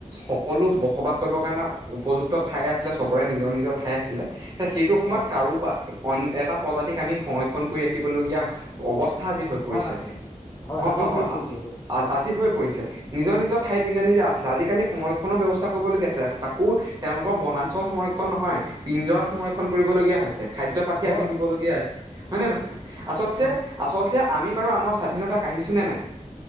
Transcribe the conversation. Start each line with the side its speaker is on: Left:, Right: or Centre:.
Right: সকলো বসবাস কৰিবৰ কাৰণে উপযুক্ত ঠাই আছিলে চব কৰে নিজৰ নিজৰ ঠাই আছিলে তেতিয়া সেইটো সময়ত
Left: হয়
Right: কাৰোবাক অইন এটা প্ৰজাতিক আমি সংৰক্ষণ কৰি ৰাখিবলগীয়া অৱস্থা আজি হৈ
Left: হোৱা
Right: পৰিছে
Left: নাছিলে হয়
Right: হ
Left: আজি হৈ
Right: হয়
Left: পৰিছে এইটো
Right: আজি হৈ পৰিছে নিজৰ নিজৰ ঠাইত নিজে, নিজে আছিল আজিকালি সংৰক্ষণৰ ব্যৱস্থা কৰিবলগীয়া আছে তাকো তেওঁলোকৰ বনাঞ্চল সংৰক্ষণ নহয় পিঞ্জৰা সংৰক্ষণ কৰিবলগীয়া হৈছে খাদ্য পাতি
Left: হয়
Right: আমি দিবলগীয়া <unintelligible> হয়নে নহয় আচলতে,
Left: হয়
Right: আচলতে আমি বাৰু আনৰ স্বাধীনতা কা়ঢ়িছোঁ নে নাই